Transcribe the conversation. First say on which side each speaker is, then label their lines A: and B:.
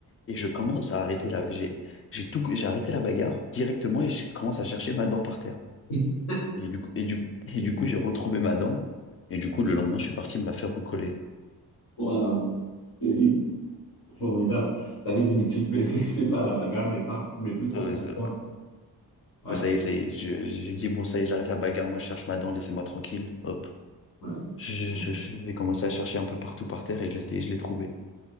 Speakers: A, on the left; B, on the left.
A: et je commence à arrêter la... J'ai, j'ai tout... j'ai arrêté la bagarre directement et je commence à chercher ma dent par terre.
B: <laughs>
A: Et du coup, et du... Et du coup, j'ai retrouvé ma dent. Et du coup, le lendemain, je suis parti me la faire recoller.
B: Waouh, Eric, formidable. C'est-à-dire que vous n'étiez plus intéressé par la bagarre, mais, pas, mais plutôt
A: Euh,
B: par
A: ça
B: la dent. Ouais,
A: ouais, ça y est, ça y est. Je- J'ai dit, bon, ça y est, j'arrête la bagarre. Moi, je cherche ma dent, laissez-moi tranquille. Hop.
B: ouais,
A: Je-
B: ouais.
A: je- je- J'ai commencé à chercher un peu partout par terre et je, l'ai- je l'ai trouvé.